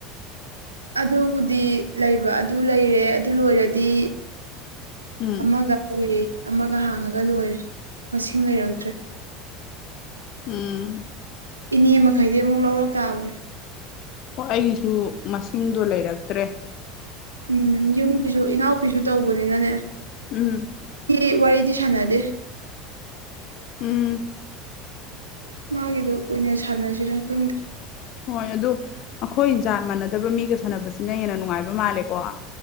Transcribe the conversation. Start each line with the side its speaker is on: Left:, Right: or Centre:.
Right: ꯑꯗꯨꯕꯨꯗꯤ ꯂꯩꯕ ꯑꯗꯨ ꯂꯩꯔꯦ ꯑꯗꯨ ꯂꯣꯏꯔꯗꯤ
Left: ꯎꯝ
Right: ꯑꯃꯒ ꯎꯔꯦ ꯑꯃꯒ ꯍꯥꯡꯉꯒ ꯂꯣꯏꯔꯦ ꯃꯁꯤꯡ ꯂꯩꯔꯛꯇ꯭ꯔꯦ
Left: ꯎꯝ
Right: ꯏꯅꯦ ꯃꯈꯩꯗꯤ ꯑꯃꯨꯛ ꯂꯧꯔꯛ ꯇꯥꯕꯅꯤ
Left: ꯍꯣ ꯑꯩꯒꯤꯁꯨ ꯃꯁꯤꯡꯗꯣ ꯂꯩꯔꯛꯇ꯭ꯔꯦ
Right: ꯎꯝ ꯌꯨꯝꯒꯤꯁꯨ ꯏꯅꯥꯎꯄꯤꯁꯨ ꯇꯧꯕꯅꯤꯅꯅꯦ
Left: ꯎꯝ
Right: ꯍꯤ ꯋꯥꯔꯤꯗꯤ ꯁꯥꯟꯅꯗꯦ
Left: ꯎꯝ
Right: ꯃꯥꯒꯤꯗꯨ ꯑꯣꯏꯅ ꯁꯥꯟꯅꯁꯤꯅ ꯈꯪꯗꯦ
Left: ꯍꯣꯏ ꯑꯗꯨ ꯑꯩꯈꯣꯏ ꯖꯥꯠ ꯃꯥꯟꯅꯗꯕ ꯃꯤꯒ ꯁꯥꯟꯅꯕꯁꯤꯅ ꯍꯦꯟꯅ ꯅꯨꯡꯉꯥꯏꯕ ꯃꯥꯜꯂꯦꯀꯣ